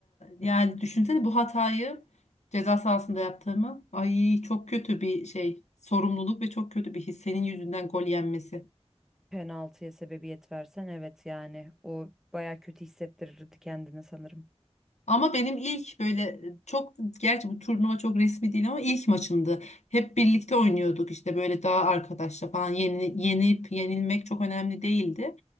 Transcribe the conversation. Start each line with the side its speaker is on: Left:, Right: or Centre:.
Left: e, yani düşünsene bu hatayı ceza sahasında yaptığımı ay çok kötü bir şey sorumluluk ve çok kötü bir his senin yüzünden gol yenmesi.
Centre: Penaltıya sebebiyet versen evet yani o baya kötü hissettirirdi kendini sanırım.
Left: Ama benim ilk böyle e, çok gerçi bu turnuva çok resmi değil ama ilk maçımdı. Hep birlikte oynuyorduk işte böyle daha arkadaşla falan yeni, yenip yenilmek çok önemli değildi.